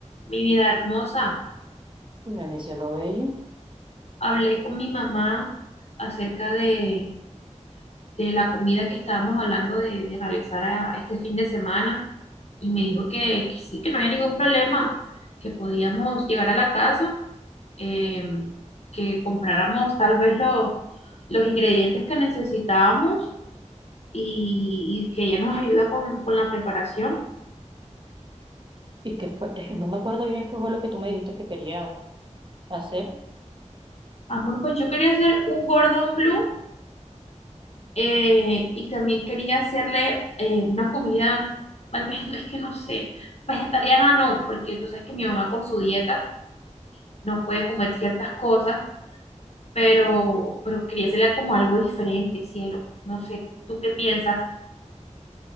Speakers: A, on the left; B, on the right.
A: Mi vida hermosa,
B: Pues mi cielo bello.
A: hablé con mi mamá acerca de, de la comida que estábamos hablando de, de realizar a- este fin de semana y me dijo que, que sí, que no había ningún problema, que podíamos llegar a la casa, eh, que compráramos tal vez los, los ingredientes que necesitábamos y, y que ella nos ayuda con, con la preparación.
B: ¿Y que fue? Eh, No me acuerdo bien qué fue lo que tú me dijiste que querías hacer.
A: Amor, pues yo quería hacer un Gordon Blue Eh, y también quería hacerle eh, una comida, tal vez <laughs> no es que no sé, vegetariana no, porque tú sabes que mi mamá con su dieta no puede comer ciertas cosas, pero, pero quería hacerle como algo diferente, cielo. No sé, ¿tú qué piensas?